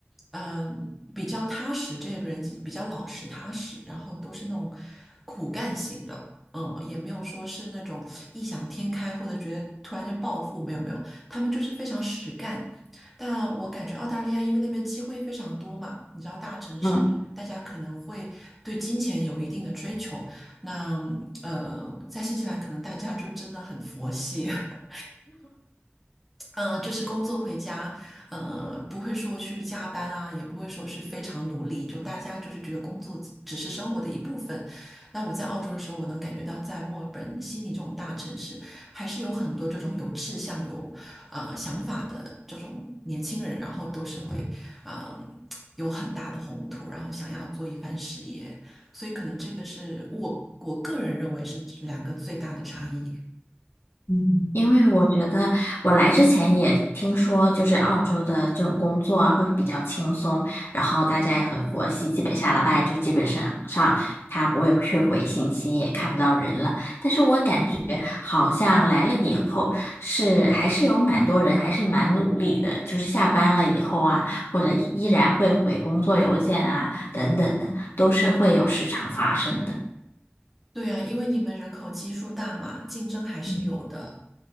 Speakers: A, in the centre; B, on the left.
A: 嗯比较踏实，这些人比较老实踏实，然后都是那种苦干型的，嗯，也没有说是那种异想天开或者觉得突然间暴富，没有没有，他们就是非常实干。但我感觉澳大利亚因为那边机会非常多嘛，你知道大城市。
B: 嗯，
A: 大家可能会对金钱有一定的追求，那呃，在新西兰可能大家就真的很佛系，<laughs> 嗯，呃就是工作回家，呃，不会说去加班啊，也不会说是非常努力，就大家就是觉得工作只只是生活的一部分。那我在澳洲的时候，我能感觉到在墨尔本、悉尼这种大城市，还是有很多这种有志向、有啊想法的这种年轻人，然后都是会啊、呃有很大的宏图，然后想要做一番事业，所以可能这个是我我个人认为是两个最大的差异。
B: 嗯，因为我觉得我来之前也听说，就是澳洲的这种工作啊会比较轻松，然后大家也很佛系，基本下了班就基本上上他不会去回信息，也看不到人了。但是我感觉好像来了以后是还是有蛮多人还是蛮努力的，就是下班了以后啊，或者依然会回工作邮件啊等等的，都是会有时常发生的。
A: 对啊，因为你们人口基数大嘛，竞争还是有的。
B: 嗯，